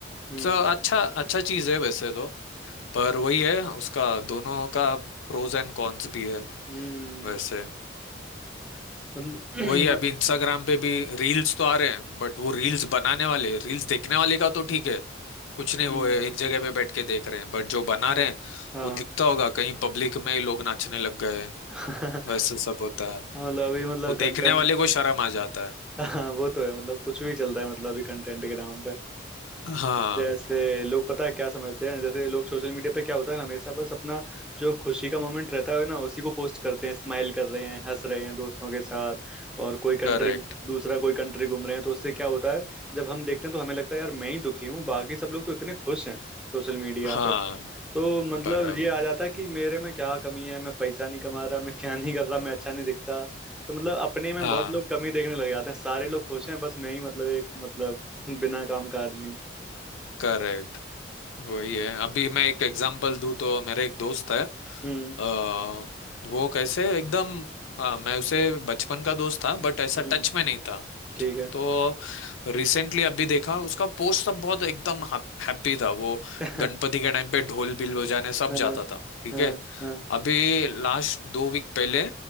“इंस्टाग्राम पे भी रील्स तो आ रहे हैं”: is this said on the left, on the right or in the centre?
Left